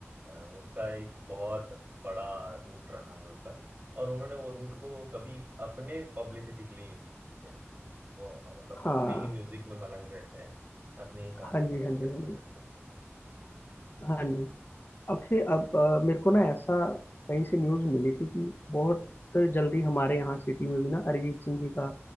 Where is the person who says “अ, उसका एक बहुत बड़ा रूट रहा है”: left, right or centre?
Right